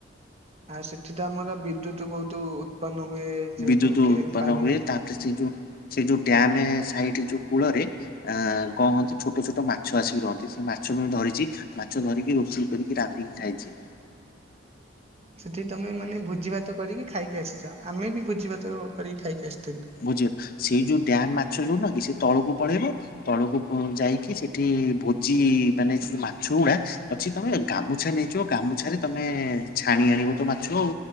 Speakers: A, on the right (about 35°); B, on the left (about 50°).
A: ଆଉ ସେଠି ତ ଆମର ବିଦ୍ୟୁତ୍ ବହୁତ ଉତ୍ପନ୍ନ ହୁଏ। ଯେହେତୁ
B: ବିଦ୍ୟୁତ
A: କି
B: ଉତ୍ପନ
A: ପାଣିର।
B: ହୁଏ ତାପରେ ସେ ଯୋଉ ସେ ଯୋଉ ଡ୍ୟାମ୍ ସାଇଡ ଯୋଉ କୂଳରେ ଆଁ କଣ କହନ୍ତି ଛୋଟ ଛୋଟ ମାଛ ଆସିକି ରହନ୍ତି, ସେ ମାଛ ବି ମୁ ଧରିଛି। ମାଛ ଧରିକି ରୋଷେଇ କରିକି ରାନ୍ଧିକି ଖାଇଛି।
A: ସେଠି ତମେ ମାନେ ଭୋଜି ଭାତ କରିକି ଖାଇକି ଆସିଛ ଆମେ ବି ଭୋଜି ଭାତ କରିକି ଖାଇକି ଆସିଥିଲୁ।
B: ବୁଝିବ, ସେଇ ଯୋଉ ଡ୍ୟାମ୍ ମାଛ ଯୋଉନ କି ସେ ତଳକୁ ପଳେଇବ ତଳକୁ ପୁଁ ଯାଇକି ସେଠି ଭୋଜି ମାନେ ଯୋଉ ମାଛ ଗୁଡା ଅଛି ତମେ ଗାମୁଛା ନେଇଯିବ ଗାମୁଛାରେ ତମେ ଛାଣି ଆଣିବ ତ ମାଛ ଆଉ।